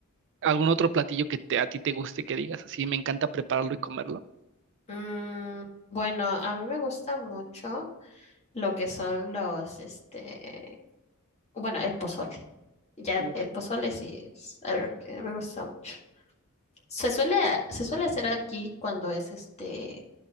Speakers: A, on the right; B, on the left.
A: algún otro platillo que te, a ti te guste que digas así? Me encanta prepararlo y comerlo.
B: Mm, bueno, a mí me gusta mucho lo que son los, este, bueno, el pozole. Ya
A: Uf,
B: el pozole sí es algo que me gusta mucho. Se suele, se suele hacer aquí cuando es este,